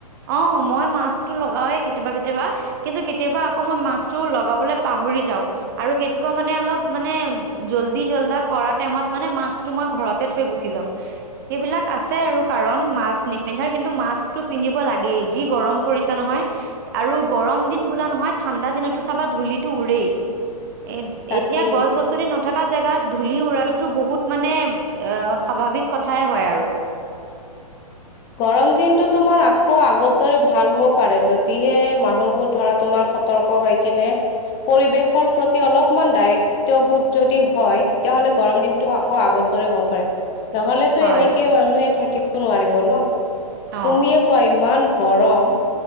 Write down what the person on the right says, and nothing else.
অ মই মাস্কটো লগাওৱে কেতিয়াবা কেতিয়াবা কিন্তু কে কেতিয়াবা আকৌ মই মাস্কটো লগাবলৈ পাহৰি যাওঁ আৰু কেতিয়াবা মানে আলপ মানে জল্দি জল্ডা কৰা টাইমত মানে মাক্স টো মই ঘৰতে থৈ গুচি যাওঁ সেইবিলক আছে আৰু কাৰণ নিপিন্ধা কিন্তু মাস্কটো পিন্ধিব লাগেই যি গৰম পৰিছে নহয় আৰু গৰম দিন বোলা নহয় ঠাণ্ডা দিনতো চাবা ধূলটো উৰেই এ
এতিয়া গছ গছনি নথকা জেগাত ধূলি উৰাটোতো বহুত মানে এ স্বাভাৱিক কথাই হয় আৰু
হয়
অ